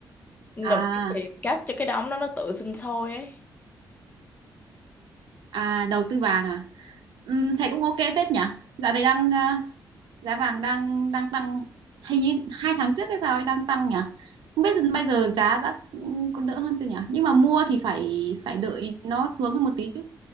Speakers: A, on the left; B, on the right.
A: nên
B: À,
A: là phải tìm cách cho cái đống đó nó tự sinh sôi ấy
B: à đầu tư vàng à? Ừm, thế cũng ok phết nhỉ? Dạo này đang ờ, giá vàng đang đang tăng hình như hai tháng trước hay sao ấy đang tăng nhỉ? Không biết bây giờ giá đã ừm, có đỡ hơn chưa nhỉ? Nhưng mà mua thì phải phải đợi nó xuống hơn một tí chứ.